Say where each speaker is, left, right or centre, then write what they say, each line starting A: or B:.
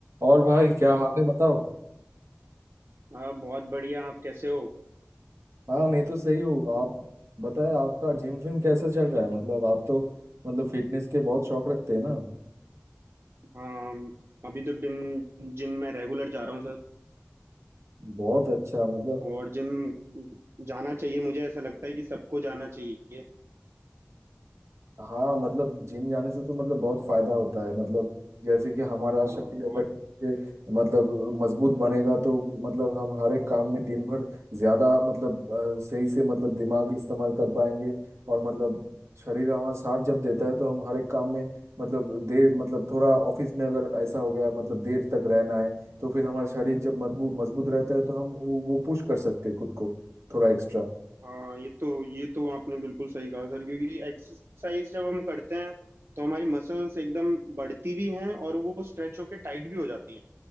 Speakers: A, on the right; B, on the right.
A: और भाई क्या
B: Hello
A: हाल है बताओ
B: हाँ बहुत बढ़िया आप कैसे हो
A: हाँ मैं तो सही हूँ आप बताएं आपका जिम विम कैसा चल रहा है मतलब आप तो मतलब फिटनेस के बहुत शौक रखते हैं ना
B: हाँ अभी तो जिम जिम में रेगुलर जा रहा हूँ सर
A: बहुत अच्छा मतलब
B: और जिम जाना चाहिए मुझे ऐसा लगता है कि सबको जाना चाहिए
A: हाँ मतलब जिम जाने से तो मतलब बहुत फायदा होता है मतलब जैसे कि हमारा
B: हाँ
A: शरीर
B: बहुत
A: अगर ठीक से मतलब मजबूत बनेगा तो मतलब हम हर एक काम में दिन भर ज्यादा मतलब अ, सही से मतलब दिमाग इस्तेमाल कर पाएंगे और मतलब शरीर हमारा साथ जब देता है तो हम हर एक काम में मतलब देर मतलब थोड़ा ऑफिस में अगर ऐसा हो गया मतलब देर तक रहना है तो फिर हमारा शरीर जब मजबूत मजबूत रहता है तो हम वो, वो पुश कर सकते हैं खुद को थोड़ा एक्स्ट्रा
B: हाँ ये तो ये तो आपने बिल्कुल सही कहा सर क्योंकि एक्सरसाइज जब हम करते हैं तो हमारी मसल्स एकदम बढ़ती भी हैं और वो स्ट्रेच होके टाइट भी हो जाती हैं